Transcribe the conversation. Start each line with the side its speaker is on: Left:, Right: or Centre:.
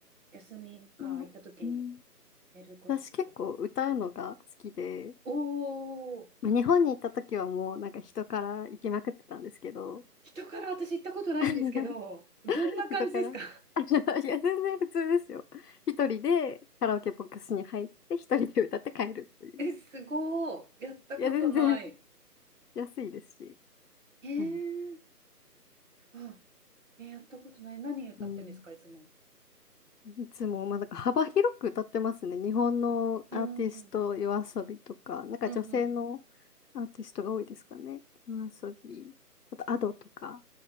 Right: 休みが空いた時に
Left: うんうん
Right: やることとか。
Left: 私結構歌うのが好きで、
Right: おお、
Left: まあ日本に行った時はもうなんか人から行きまくってたんですけど、
Right: 人から私行ったことないんですけど、
Left: <laughs>
Right: どんな感じですか
Left: 人から。<laughs> いや、全然普通ですよ。一人でカラオケボックスに入って、一人で歌って帰るという。
Right: <laughs> え、すごい。やったことない。
Left: いや、全然安いですし。
Right: えー、
Left: はい。
Right: あ、えーやったことない。何歌ってんですか、
Left: うん。
Right: いつも。
Left: いつも、まあ、なんか幅広く歌ってますね。日本のアーティスト、
Right: うんうん
Left: 夜遊びとか、なんか女性の
Right: うんうん
Left: アーティストが多いですかね。夜遊び、あとアドとか。